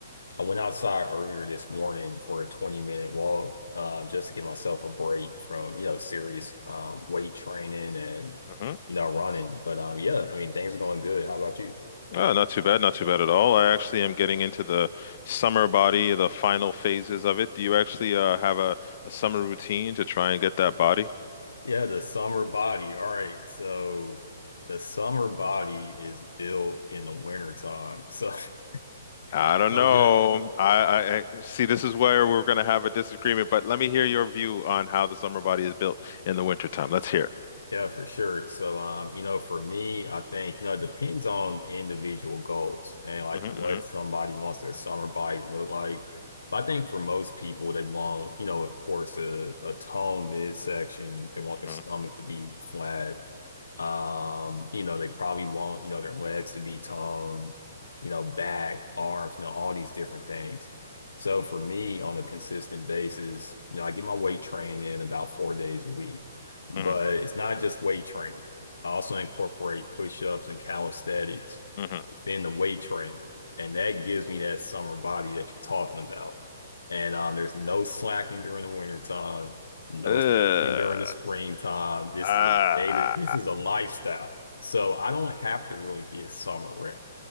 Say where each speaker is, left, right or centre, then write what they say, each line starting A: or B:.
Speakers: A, on the left; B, on the left.
A: I went outside earlier this morning for a 20 minute walk, uh, just to give myself a break from, you know, serious um, weight training and,
B: hmm
A: you know, running. But um, yeah, I mean, things are going good. How about you?
B: Oh, not too bad, not too bad at all. I actually am getting into the summer body, the final phases of it. Do you actually uh, have a, a summer routine to try and get that body?
A: Yeah, the summer body. All right. So the summer body is built in the winter time. So,
B: I
A: <laughs>
B: don't
A: so
B: know.
A: just
B: I, I, I see this is where we're going to have a disagreement, but let me hear your view on how the summer body is built in the wintertime. Let's hear
A: Yeah, for sure. So, um, you know, for me, I think, you know, it depends on individual goals and like
B: it.
A: what
B: hmm
A: somebody wants their summer body to look like. But I think for most people, they want, you know, of course, a, a toned midsection. They want
B: hmm
A: their stomach to be flat. Um, you know, they probably want, you know, their legs to be toned, you know, back, arms, you know, all these different things. So for me, on a consistent basis, you know, I get my weight training in about four days a week but
B: hmm
A: it's not just weight training. I also incorporate push-ups and calisthenics
B: hmm hmm
A: within the weight training, and that gives me that summer body that you're talking about. And um, there's no slacking during the wintertime, no
B: Uh,
A: slacking during the springtime. This
B: ah.
A: is a day that this is a lifestyle. So I don't have to really get summer ready,